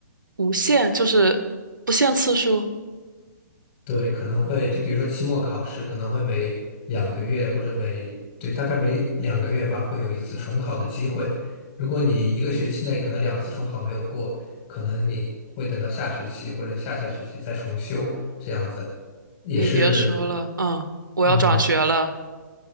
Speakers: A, on the right; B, on the left.
A: 无限就是不限次数。
B: 对，可能会就比如说期末考试，可能会每两个月或者每，对，大概每两个月吧，会有一次重考的机会。如果你一个学期内可能两次重考没有过，可能你会等到下学期或者下下学期再重修，这样子也是，
A: 你别说了，嗯，我要转学了，
B: 嗯